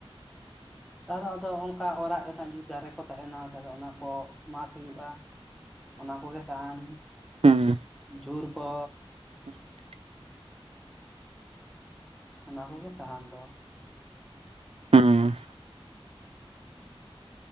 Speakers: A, in the centre; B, on the right.
A: ᱛᱟᱦᱚᱞᱮ ᱟᱫᱚ ᱚᱱᱠᱟ ᱚᱲᱟᱜ ᱨᱮᱱᱟᱜ ᱡᱩᱫᱤ ᱫᱟᱨᱮ ᱠᱚ ᱛᱟᱦᱮᱱᱟ ᱛᱟᱦᱚᱞᱮ ᱚᱱᱟ ᱠᱚ, ᱢᱟᱜᱽ ᱦᱩᱭᱩᱜᱼᱟ, ᱚᱱᱟ ᱠᱚᱜᱮ ᱥᱟᱦᱟᱱ,
B: ᱦᱩᱸ
A: ᱡᱷᱩᱲ ᱠᱚ,
B: <inaudible>
A: ᱚᱱᱟ ᱠᱚᱜᱮ ᱥᱟᱦᱟᱱ ᱫᱚ᱾
B: ᱦᱮᱸ,